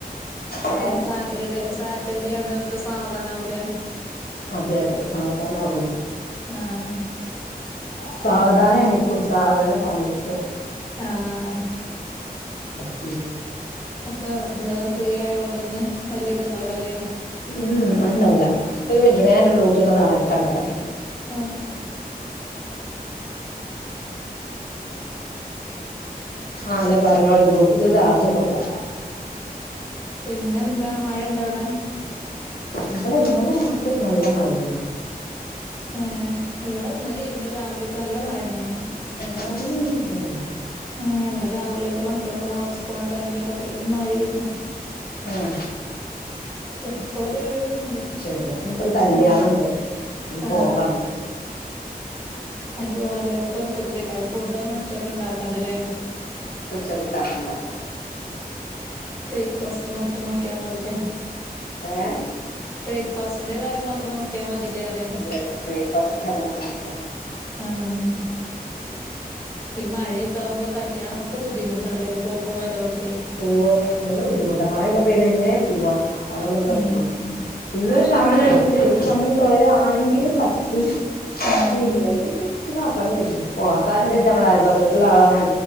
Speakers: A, on the left (about 75°); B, on the left (about 15°).
A: ഏഹ്
B: ഇന്ന് സാറ്റർഡേ സാറ്റർഡേണ്ടായെക്കെ ആയോണ്ട് സാവധാനം ആവുല്ലേ?
A: അതെ അതെ സാവധാനം ആവുള്ളൂ.
B: ആഹ്
A: സാവധാനം എണീക്കും സാവധാനം പണിയെടുക്കും
B: ആഹ്
A: ഓക്കെ
B: ഒക്കെ എന്താ ഫ്രീ ആയോണ്ട് ഇന്ന് വെല്യായിതൊണ്ടാവ്ല്ല ല്ലേ?
A: ഉം അത്ണ്ടാവുല്ല ഒരു മിനിറ്റ്ട്ടൊ ഞാനിന്റെ ബ്ലൂടൂത്ത് ഒന്ന് കണക്റ്റ് ആക്കട്ടെ
B: ഓക്കേ
A: അല്ല പറഞ്ഞോളൂ ബ്ലൂടൂത്തിന് ചാർജൊണ്ടാവുല്ല.
B: ട്പിന്നെ എന്താ മഴ ഒണ്ടോ അവെടെ?
A: ഇവിടെ ഇന്നലെ രാത്രിക്ക് നല്ല മഴയാണ്.
B: ഏഹ് ഇവെടെ ഇന്നലെയും ഇന്ന് രാവിലെയെക്കെ നല്ല മഴ തന്നെയെനു.
A: ഏഹ് രാവിലെയൊന്നും പെയ്തില്ല.
B: ആഹ് ഇവിടെ രാവിലെ എന്റെ മക്കളെക്കെ മദ്രസെ പോണ ടൈമില്. പെരും മഴേയാര്ന്ന്.
A: ഉം
B: ഇപ്പോരൊഴിവൊണ്ട്
A: ഉണ്ട് ഇന്നിപ്പോ ഒരു കല്യാണം
B: ആഹ്
A: ഉണ്ട് അതിന്
B: ആഹ്
A: പോകണം
B: താനിപ്പൊ നല്ലേ ഒരുക്കത്തിലേക്കാണ് ഫുഡൊന്നുംഉച്ചക്ക് ഉണ്ടാക്കണ്ടാല്ലേ?
A: ഉച്ചയ്ക്ക് ഉണ്ടാക്കണ്ടാ.
B: ബ്രേക്ക്ഫാസ്റ്റ് മാത്രം നോക്കിയാ മതില്ലേ.
A: ഏഹ്?
B: ബ്രേക്ക്ഫാസ്റ്റിന്റെ കാര്യം മാത്രം നോ ക്കിയാ മതിലേറെ.
A: അതെ അതെ ബ്രേക്ക്ഫാസ്റ്റിന്റെ കാര്യം മാത്രം നോക്കിയാ.
B: ആഹ് ഈ മഴയൊക്കെയാകുമ്പോ കല്യാണം ഒക്കെ ബുദ്ധിമുട്ടണല്ലേ പോക്കും വരവും.
A: ഓഹ് നല്ല ബുദ്ധിമുട്ടാ മഴക്കെ പെയ്താ എങ്ങനേ പോവ്വാ അതല്ലേ പ്രശ്നം.
B: ഉം
A: ഇന്നൊരു
B: അതെ
A: ശമനം ഒണ്ട് ഈ ശമനം തുടരാണെങ്കിൽ പറ്റും.
B: ആഹ്
A: ഇല്ലെങ്കില് വെക്കും പിന്നെ അപ്പറെ വീടല്ലേ <unintelligible> അയൽപക്കത്തുള്ള ആളാണേ.